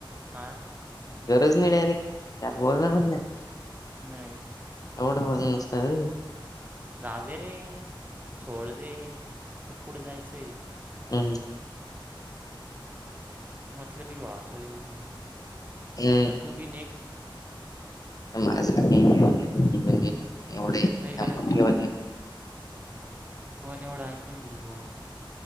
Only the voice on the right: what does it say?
हां?
नाही
जाऊ दे रे सोड दे म पुढे जायचंय.
मतलबी वाहतले म्हणून
म्हटल तू बी नक.
काही गरज नाही
म्हटलं. कोण एवढा ऐकून घेल भाो